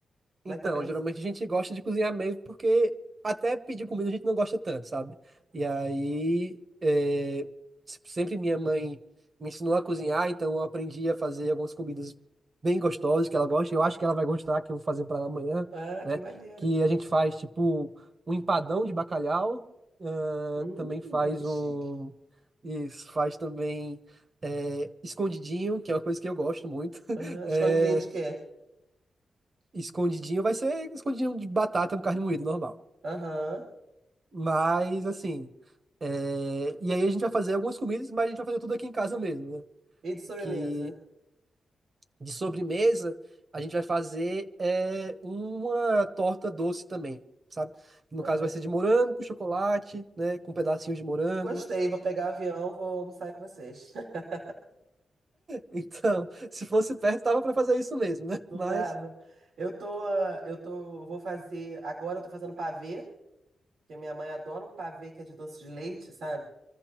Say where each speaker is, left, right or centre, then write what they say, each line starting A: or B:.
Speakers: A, on the right; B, on the right.
A: como
B: Então,
A: é que tá pensando?
B: geralmente a gente gosta de cozinhar mesmo, porque até pedir comida a gente não gosta tanto, sabe? E aí, é, se- sempre minha mãe me ensinou a cozinhar, então eu aprendi a fazer algumas comidas bem gostosas que ela gosta. Eu acho que ela vai gostar, que eu vou fazer para ela amanhã,
A: Ah,
B: né?
A: que maneiro.
B: Que a gente faz, tipo, um empadão de bacalhau, ah,
A: Hum,
B: também faz
A: que chique.
B: um. Isso, faz também. é, escondidinho, que é uma coisa que eu gosto muito. <laughs>
A: Aham.
B: É,
A: Escondidinho de quê?
B: Escondidinho vai ser escondidinho de batata com carne moída, normal.
A: Aham.
B: Mas, assim. é, E aí a gente vai fazer algumas comidas, mas a gente vai fazer tudo aqui em casa mesmo, né?
A: E de sobremesa?
B: Que de sobremesa, a gente vai fazer é, uma torta doce também, sabe? No
A: Aham.
B: caso, vai ser de morango com chocolate, né? Com pedacinhos de morango.
A: Gostei, vou pegar o avião, vou almoçar com vocês. <laughs>
B: Então, <laughs> se fosse perto, tava pra fazer isso mesmo, né?
A: Não
B: Mas,
A: dava. Eu tô, ah, eu tô, vou fazer, agora eu tô fazendo pavê, porque minha mãe adora um pavê que é de doce de leite, sabe?